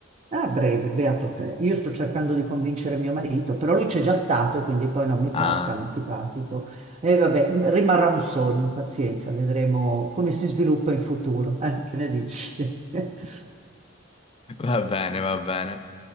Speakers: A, on the right; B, on the left.
A: Ah, breve, beato te. Io sto cercando di convincere mio marito, però lui c'è già stato, quindi poi non mi
B: Ah,
A: porta l'antipatico. E vabbè, m- rimarrà un sogno, pazienza, vedremo come si sviluppa in futuro. Eh, che ne dici? <laughs>
B: Va bene, va bene.